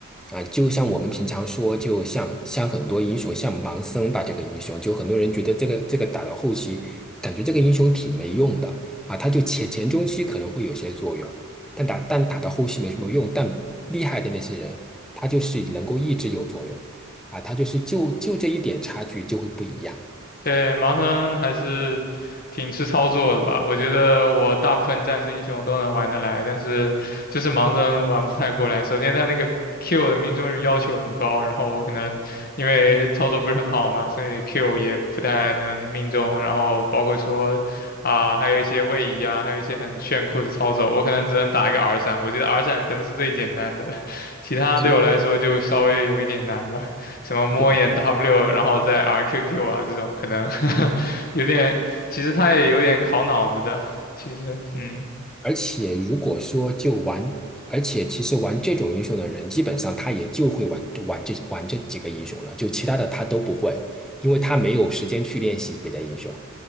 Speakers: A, in the centre; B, on the left.
A: 啊。就像我们平常说，就像像很多英雄，像盲僧吧，这个英雄，就很多人觉得这个这个打到后期，感觉这个英雄挺没用的啊，他就前前中期可能会有些作用。但打但打到后期没什么用，但厉害的那些人，他就是能够一直有作用啊，他就是就就这一点差距就会不一样。
B: 对，盲僧还是挺吃操作的吧？我觉得我大部分战士英雄都能玩得来，但是就是盲僧玩不太过来。首先他那个 Q 的命中率要求很高，然后我可能因为操作不是很好嘛，所以 Q 也不太能命中。然后包括说啊、还有一些位移啊，还有一些很炫酷的操作，我可能只能打一个 R 闪。我觉得 R 闪可能是最简单的了，<laughs> 其他对我来说就稍微有一点难吧。
A: 就
B: 什么摸眼
A: 就，
B: W，然后再 RQQ 啊这种，可能 <laughs> 有点，其实他也有点考脑子的。其实，嗯，
A: 而且如果说就玩，而且其实玩这种英雄的人，基本上他也就会玩玩这玩这几个英雄了，就其他的他都不会，因为他没有时间去练习别的英雄，